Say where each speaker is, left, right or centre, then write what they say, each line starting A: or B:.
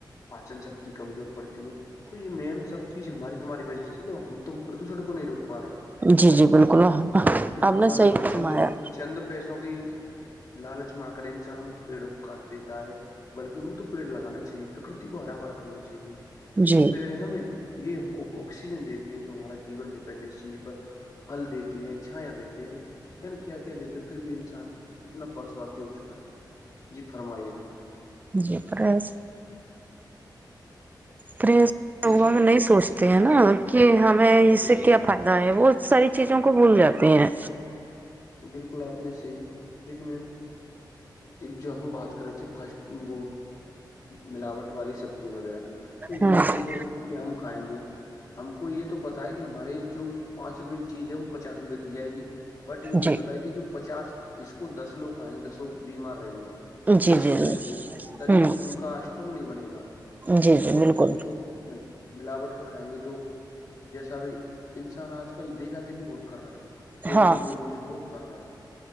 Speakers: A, on the left (about 50°); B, on the right (about 20°).
A: پاچن شکتی کمزور پڑتی ہے تو یہ میم سب چیز ہماری تمہاری وجہ سے تو ہم تم پردوشن کو نہیں روک پا رہے ہیں
B: جی جی بالکل
A: دیکھو
B: آپ نے
A: بنو
B: صحیح
A: چند
B: فرمایا
A: چند پیسوں کی لالچ م کر انسان پیڑوں کو کاٹ دیتا ہے بلکہ ان کو تو پیڑ لگانا چاہے پرکرتی کو ہرا بھرا کرنا چاہیے کیونکہ
B: جی
A: جو پیڑ ہے نا میں یہ ہم کو آکسیجن دیتے ہیں جو ہمارا جیون ڈپینڈ ہے اس چیز پر پھل دیتے ہیں چھایا دیتے ہیں یعنی کیا کیا دیتے پھر بھی انسان اتنا پرسوارتھی ہو چکا ہے جی فرمائیے مم
B: جی پرس پا
A: اس
B: نہیں سوچتے ہیں نا کہ ہمیں اس
A: بالکل
B: سے کیا فائدہ ہے وہ ساری چیزوں کو بھول جاتے ہیں
A: بالکل آپ نہیں صحیح دیکھیے مم جو ہم بات کرے تھے فسٹ وہ ملاوٹ والی سبزی وغیرہ تو
B: ہاں
A: یہ دیکھو یہ ہم کھائیں گے ہم کو یہ تو بتا ہے کہ ہمارے جو پانچ روپے کی چیز ہے وہ پچاس روپئے پی جائے گی بٹ یہ نہیں
B: جی
A: پتا ہے کہ جو پچاس اس کو دس لوگ کھائیں گے دسو بیمار رہیں گے
B: جی
A: گرست
B: جی جی
A: رہیں گے شریر
B: ہوں
A: ان کا اسٹرونگ نہیں بنے گا
B: جی جی
A: اور
B: بالکل
A: د خود ملاوٹ کا کھائیں گے تو جیسا بھی انسان آج کل دیکھا دیکھھی بہت کر رہا ہے کیمیکل
B: ہاں
A: کا یوج بہت کر رہا ہے